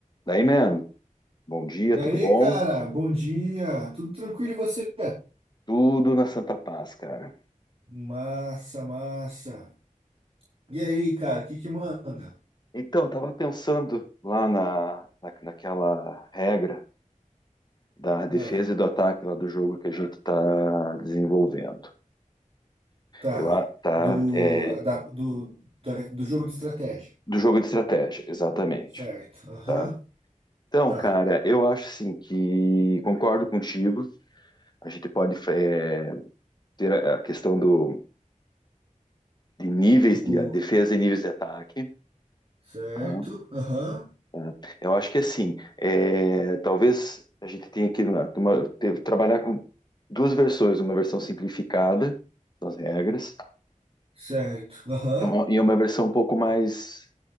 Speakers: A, on the left (about 30°); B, on the right (about 45°).
A: Daí, man, bom dia,
B: Daí,
A: tudo bom?
B: cara, bom dia. Tudo tranquilo e você?
A: Tudo na Santa Paz, cara.
B: Massa, massa. E aí, cara, o que que manda?
A: Então, eu tava pensando lá na, na- naquela regra da defesa
B: Ah,
A: e do ataque lá do jogo que a gente tá desenvolvendo.
B: tá.
A: Eu a- tá
B: Do,
A: é,
B: da- do, da- do jogo de estratégia.
A: do jogo de estratégia, exatamente,
B: Certo. Aham.
A: tá? Então,
B: Tá.
A: cara, eu acho assim que concordo contigo. A gente pode é, ter a a questão do de níveis de
B: Do,
A: a defesa e níveis de ataque,
B: certo.
A: tá?
B: Aham.
A: Tá? Eu acho que assim, é, talvez a gente tenha que na- uma- ter- trabalhar com duas versões, uma versão simplificada das regras
B: Certo. Aham.
A: e uma, e uma versão um pouco mais